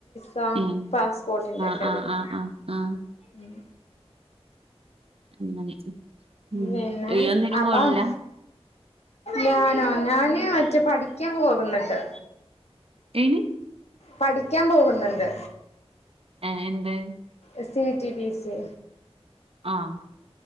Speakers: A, on the left; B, on the right.
A: പാ
B: ഏ
A: പാസ്പോർട്ടിന്റെ
B: ആ
A: ഒക്കെ
B: ആ
A: തിന്റെ
B: ആ ആ ആ
A: ഉം
B: <unintelligible> ഉം
A: പിന്നെ
B: ഇയ്യ് ഒന്നിനും
A: അപ്പം
B: പോണില്ല
A: ഞാനോ ഞാന് മറ്റേ പഠിക്കാൻ പോകുന്നുണ്ട്
B: എനി
A: പഠിക്കാൻ പോകുന്നുണ്ട്
B: ഏ എന്ത്
A: S T T P C
B: ആഹ